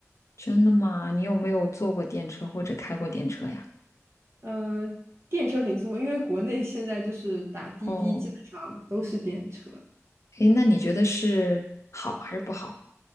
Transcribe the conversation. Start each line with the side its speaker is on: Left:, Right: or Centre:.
Left: 真的吗？你有没有坐过电车或者开过电车呀？
Right: 呃，电车肯定坐过，因为国内现在就是打滴滴，
Left: 哦，
Right: 基本上都是电车。
Left: 哎，那你觉得是好还是不好？